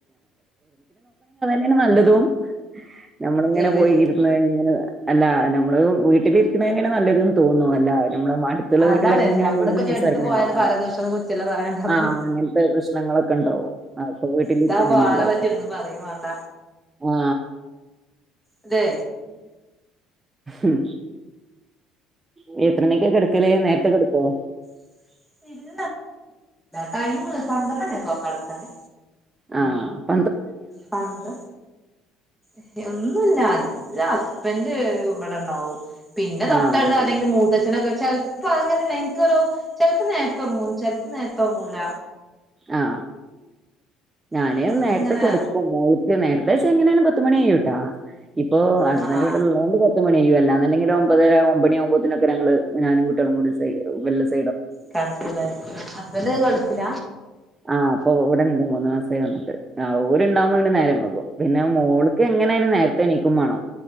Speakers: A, on the right; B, in the centre.
A: തന്നെ നല്ലതും നമ്മളിങ്ങനെ
B: ഏത്
A: പോയി ഇരുന്ന് ഇങ്ങനെ അല്ലാ ഞമ്മള് വീട്ടിലിരിക്കണന്നേണ് നല്ലത് ന്ന് തോന്നുന്നു അല്ല ഞമ്മളെ അടുത്തുള്ള
B: അതാണ്
A: വീട്ടിലെക്കിങ്ങനെ
B: നമ്മളിപ്പോ
A: കേറി
B: ഇനി
A: സംസാരിക്കണേ
B: എടുത്ത് പോയാല്
A: ആ ആ
B: പല ദൂഷണ കുറ്റല്ലേ പറയാണ്ടാവുള്ളു
A: ആ അങ്ങനത്തെ പ്രശ്നങ്ങളക്ക ണ്ടാവും അപ്പോ വീട്ടിലിരിക്കണന്നേ
B: ഇതാകുമ്പോ
A: നല്ലത്
B: ആളെ പറ്റി ഒന്നും പറയും വേണ്ട
A: ആ
B: അതെ
A: ഉം നീ എത്രോണിക്ക കെടക്കല് നേരത്തെ കെടക്കുവോ
B: <unintelligible> ടൈമ് പന്ത്രണ്ട്മണിയൊക്കെ ആവും കെടക്കാന്
A: ആ പ
B: പന്ത്ര എയ് ഒന്നുല്ല ല്ലാ ഹസ്ബൻഡ് ഇവിടെ ഇണ്ടാവും പിന്നെ തൊട്ടടുത്ത
A: ആഹ് ശരി
B: ആരേലും മൂത്തച്ഛനൊക്ക ചെൽപോ അങ്ങനെ എനിക്കൊരു ചെൽപോ നേരത്തെ ഉറങ്ങും ചെൽപോ നേരത്തെ ഒറങ്ങൂല
A: ആ ഞാന്
B: അതുകൊണ്ട്
A: നേരത്തെ
B: ഇങ്ങനെ
A: കെടക്കും മോൾക്ക്‌ നേരത്തെച്ച എങ്ങനേലും പത്തുമണി കയ്യൂട്ട ഇപ്പോ ഹസ്ബൻഡ്
B: ആ ആ
A: ഇവിടുള്ളോണ്ട് പത്തുമണി അല്ലാന്നുണ്ടെങ്കില് ഒമ്പതരാ ഒമ്പോണിയമ്പേത്തിനൊക്കെ ഞങ്ങള് ഞാനും കുട്ടിയാളുംകൂടി സെയ്ഡ് മെല്ലെ സെയ്‌
B: കെടക്കുലെ ഹസ്ബൻഡ് ഗൾഫില
A: ആ ഇപ്പോ ഇവിടെ ഇണ്ട് മൂന്ന് മാസായി വന്നിട്ട് ആ ഓ ലിണ്ടാകുമ്പോങ്ങനെ നേരം വൈകും പിന്നെ മോൾക്ക്‌ എങ്ങനേലും നേര ത്തെ എണീക്കും വാണം